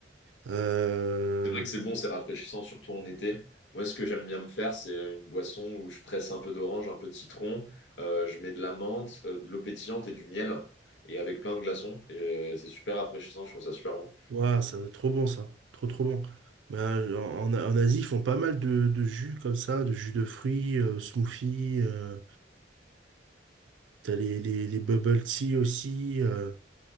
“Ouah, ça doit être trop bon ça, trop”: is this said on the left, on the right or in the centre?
Right